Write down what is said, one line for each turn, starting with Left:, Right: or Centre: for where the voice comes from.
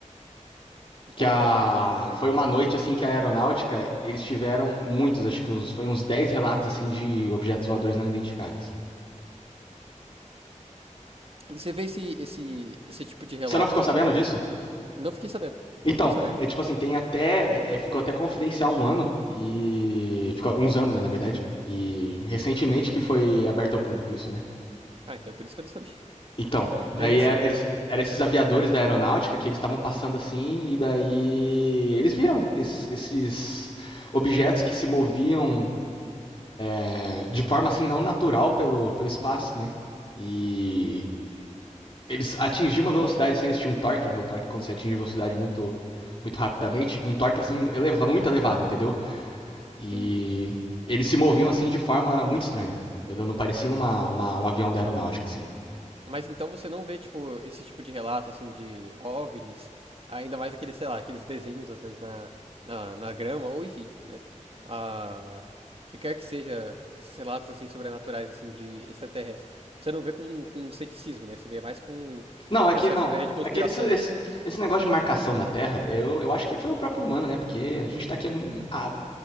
Right: E
Left: Que
Right: como
Left: a.
Right: que, que foi?
Left: Foi uma noite assim que a aeronáutica, eles tiveram muitos, acho que uns, foi uns 10 relatos assim de objetos voadores não identificáveis.
Right: E você vê esse, esse, esse tipo de relato?
Left: Você não ficou sabendo disso?
Right: Não fiquei sabendo,
Left: Então,
Right: não fiquei sabendo.
Left: é tipo assim, tem até. é- é, ficou até confidencial um ano e. Ficou uns anos, né, na verdade. E recentemente que foi aberto ao público isso, né?
Right: Ah, então é por isso que eu não sabia. <laughs>
Left: Então, daí
Right: Mas assim,
Left: era, era esses aviadores da aeronáutica que eles estavam passando assim, e daí eles viram esses, esses objetos que se moviam é, de forma assim não natural pelo, pelo espaço, né? E eles atingiam uma velocidade assim, existia um torque, né? O torque quando você atinge velocidade muito muito rapidamente, um torque assim eleva, muito elevado, entendeu? E
Right: entendi.
Left: eles se moviam assim de forma muito estranha, entendeu? Não parecia uma, uma um avião da aeronáutica assim.
Right: Mas então você não vê, tipo, esse tipo de relato, assim, de OVNIs, ainda mais aqueles, sei lá, aqueles desenhos, às vezes, na, na, na grama, ou enfim, né? Ah, o que quer que seja esses relatos, assim, sobrenaturais, assim, de extraterrestres. Você não vê com, com ceticismo, né? Você vê mais com
Left: Não,
Right: o que
Left: é
Right: o pessoal
Left: que não,
Right: chamaria de conspiração,
Left: é que esse, esse,
Right: né?
Left: esse negócio de marcação na Terra, eu, eu acho que foi o próprio humano, né? Porque a gente tá aqui há, há